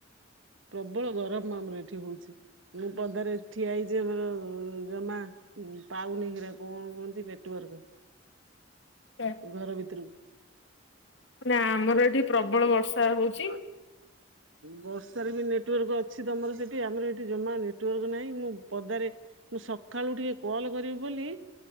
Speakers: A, on the right; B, on the left.
A: ପ୍ରବଳ ଗରମ ଆମର ଏଠି ହଉଚି। ମୁଁ ପଦାରେ ଠିଆ ହେଇଚି ଆମର ଜମା ପାଉନି ହେରା କଣ କୁହନ୍ତି ନେଟୱାର୍କ।
B: ସେ
A: ଘର ଭିତୁରୁକୁ।
B: ନା ଆମର ଏଠି ପ୍ରବଳ ବର୍ଷା ହଉଚି।
A: ବର୍ଷାରେ ବି ନେଟୱାର୍କ ଅଛି ତମର ସେଠି। ଆମର ଏଠି ଜମା ନେଟୱାର୍କ ନାହିଁ। ମୁଁ ପଦାରେ ମୁଁ ସକାଳୁ ଟିକେ କଲ୍ କରିବି ବୋଲି